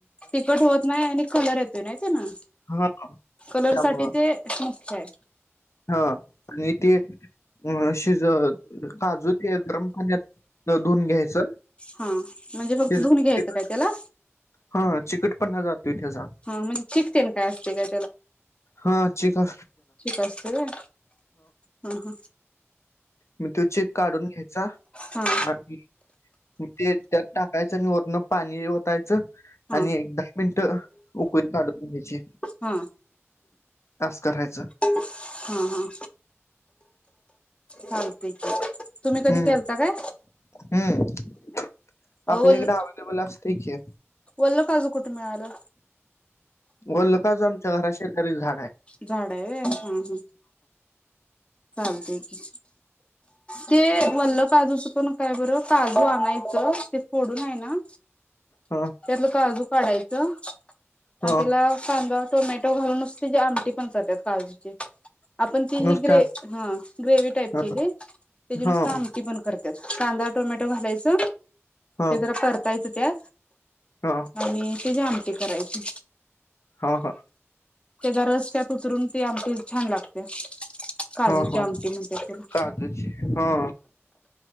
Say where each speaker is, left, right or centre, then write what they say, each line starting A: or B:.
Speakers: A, on the left (about 25°); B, on the left (about 75°).
A: तिकट होत नाही आणि कलर येतो नाहीत ना
B: हा
A: कलर
B: त्यामुळं
A: साठी ते. निश्य.
B: हा आणि ते अ शिज काजू ते गरम पाण्यात धुवून घ्यायचं.
A: हा म्हणजे फक्त
B: ते
A: धुन घ्यायचं
B: तिखट
A: काय त्याला?
B: हा चिकटपणणा जातोय त्याचा.
A: हा म्हणजे चिकतेन काय असते काय
B: हाची का
A: तित असतय होय ह ह.
B: म तो चीक काढून घ्यायचा
A: हा
B: आणि ते त्यात टाकायचं आणि वरन पाणी वतायचं
A: हा
B: आणि एक दहा मिनट उकळी काढून घ्यायची.
A: हा हा
B: आस करायचं.
A: हा हा चालतय की. तुम्ही कधी
B: हम्म
A: केलता काय?
B: हम्म आपल्या
A: वल
B: इकडें अवलेबल असत की.
A: वल्ल काजू कुठे मिळालं?
B: वल काजू आमच्या घरा शेजारी झाड आहे
A: झाड हाय होय हम हम चालतय की. ते वल्ल काजूच पण काय बरं काजू आणायचं ते फोडून आहे ना
B: हा.
A: त्यातलं काजू काडायचं आणि
B: ह
A: त्याला कांदा टोमॅटो टो घालून नेसती आमटी पण करातात काजूीचे. आपण ती ही
B: नुसत्या
A: ग्रे हा ग्रेवी टाईप
B: ह
A: केली त्याची नुस्ता
B: ह
A: आम ती पण करत्यात कांदा टोमॅटो घालायच.
B: हा.
A: जरा परतायच त्या
B: ह <unintelligible>
A: आणि तेजी आमटी करायची.
B: ह ह.
A: त्याच्या रस त्यात उतरून ते आमटी छान लागते. काजूची
B: हा हा
A: आमटी म्हणतात त्याला
B: काजूची हा.